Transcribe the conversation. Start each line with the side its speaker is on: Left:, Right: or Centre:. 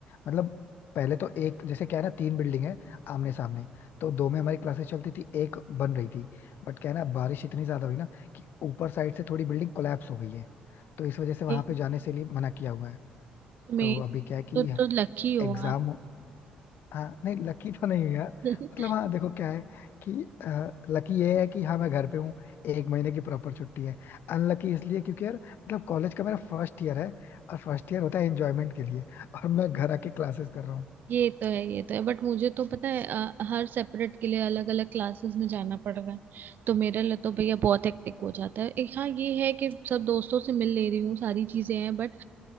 Left: मतलब पहले तो एक जैसे क्या है ना तीन बिल्डिंग है आमने सामने तो दो में हमारी क्लासेस चलती थी एक बन रही थी बट क्या है ना बारिश इतनी ज्यादा हुई ना कि ऊपर साइड से थोड़ी बिल्डिंग कोलैप्स हो गई है तो इस वजह से वहां
Right: ये
Left: पे जाने से लिए मना किया हुआ है
Right: तुम्हें
Left: तो अभी क्या है कि
Right: तो तो लकी हो
Left: एग्जाम
Right: आप
Left: हाँ नहीं लकी तो नहीं हूँ यार
Right: <laughs>
Left: मतलब हाँ देखो क्या है कि लकी ये है कि हाँ मैं घर पे हूँ एक महीने की प्रॉपर छुट्टी है अनलकी इसलिए क्योंकि यार मतलब कॉलेज का मेरा फर्स्ट ईयर है और फर्स्ट ईयर होता है एंजॉयमेंट के लिए और मैं घर आके क्लासेस कर रहा हूँ
Right: ये तो है ये तो है बट मुझे तो पता है अ, हर सेपरेट के लिए अलग अलग क्लासेस में जाना पड़ रहा है तो मेरे लिए तो भैया बहुत हेक्टिक हो जाता है एक हाँ ये है कि सब दोस्तों से मिल ले रही हूँ सारी चीजें हैं बट